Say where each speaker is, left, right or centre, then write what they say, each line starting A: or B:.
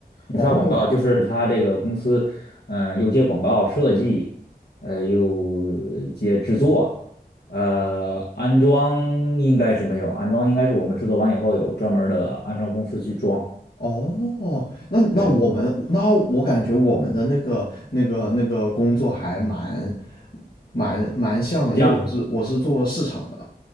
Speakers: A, on the left (about 80°); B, on the left (about 65°).
A: 印刷广告就是他这个公司，
B: 哦
A: 嗯、又接广告设计，呃，又接制作，呃，安装应该是没有，安装应该是我们制作完以后有专门儿的安装公司去装，
B: 哦，那那我们那我感觉我们的那个那个那个工作还蛮
A: 对，
B: 蛮蛮像的，
A: 将
B: 因为我是我是做市场的。